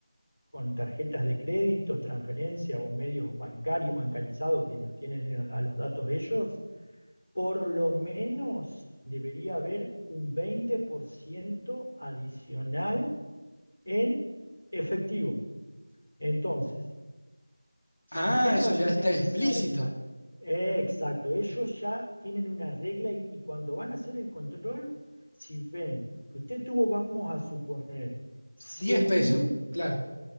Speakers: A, on the left; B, on the left.
A: con tarjetas de crédito, transferencias o medios bancarios, bancarizados que lo tienen a los datos ellos, por lo menos debería haber un 20% adicional en efectivo. Entonces, si
B: Ah,
A: usted
B: eso
A: va a finalizar
B: ya está explícito.
A: el mar, eh, exacto, ellos ya tienen una regla y, y cuando van a hacer el control, si ven que usted tuvo, vamos a suponer, cien
B: Diez pesos,
A: mil
B: claro.